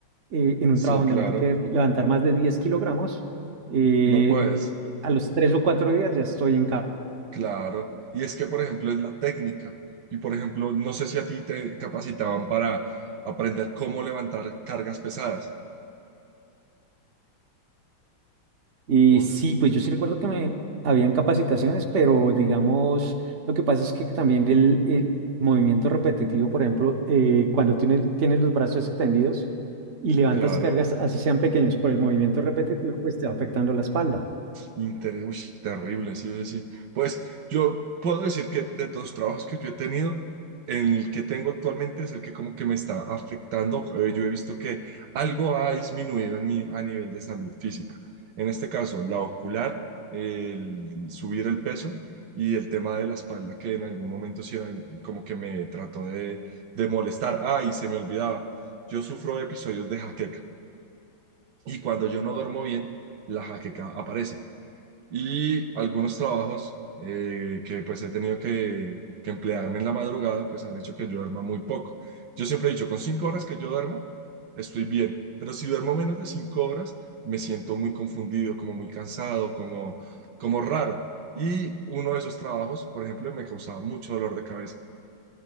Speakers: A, on the right; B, on the right.
A: eh, en un
B: sí,
A: trabajo donde
B: claro.
A: me toque levantar más de 10 kilogramos, eh,
B: No puedes,
A: a los 3 o 4 días ya estoy en cama.
B: claro. Y es que, por ejemplo, es la técnica. Y, por ejemplo, no sé si a ti te capacitaban para aprender cómo levantar cargas pesadas.
A: Y
B: Oh,
A: sí, pues yo sí recuerdo que me habían capacitaciones, pero digamos, lo que pasa es que también el, el movimiento repetitivo, por ejemplo, eh, cuando tienes, tienes los brazos extendidos y levantas
B: claro.
A: cargas, así sean pequeños, por el movimiento repetitivo, pues te va afectando la espalda.
B: Inter, uy, terrible, sí, sí, sí. Pues yo puedo decir que de todos los trabajos que yo he tenido, el que tengo actualmente es el que como que me está afectando. Eh, yo he visto que algo ha disminuido en mí a nivel de salud física. En este caso, la ocular, el subir el peso y el tema de la espalda, que en algún momento sí era como que me trató de, de molestar. Ah, y se me olvidaba, yo sufro de episodios de jaqueca y cuando yo no duermo bien, la jaqueca aparece y algunos trabajos eh, que pues he tenido que, que emplearme en la madrugada, pues han hecho que yo duerma muy poco. Yo siempre he dicho, con cinco horas que yo duerma, estoy bien, pero si duermo menos de cinco horas, me siento muy confundido, como muy cansado, como, como raro. Y uno de esos trabajos, por ejemplo, me causaba mucho dolor de cabeza